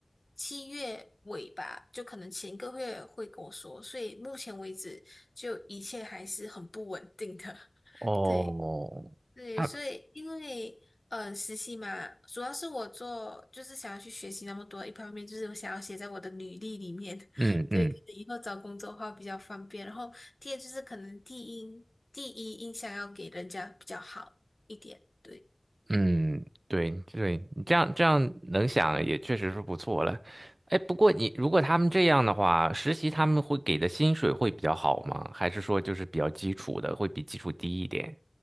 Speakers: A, on the left; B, on the right.
A: 七月尾吧，就可能前个月会跟我说。所以目前为止，就一切还是很不稳定的。<laughs>
B: 哦，
A: 对。对，
B: 他
A: 所以因为呃实习嘛，主要是我做就是想要去学习那么多，一方面就是我想要写在我的履历里面，
B: 嗯嗯
A: <laughs> 对，可能以后找工作的话比较方便。然后第二就是可能第一第一印象要给人家比较好一点，对。
B: 嗯，对对，你这样这样能想也确实是不错了。哎，不过你如果他们这样的话，实习他们会给的薪水会比较好吗？还是说就是比较基础的，会比基础低一点？